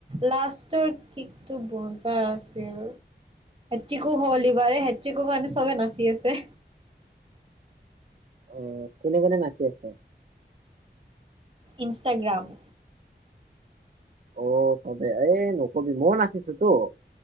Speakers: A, on the right; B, on the right.
A: লাষ্টৰিকটো বজা আছিল। টিকো হ'ল এইবাৰে হটিকো কাৰণে চবে নাচি আছে।
B: অ কোনে কোনে নাচি আছে।
A: ইনষ্টাগ্ৰাম।
B: অ' চবে এ নকবি। মই নাচিছো তো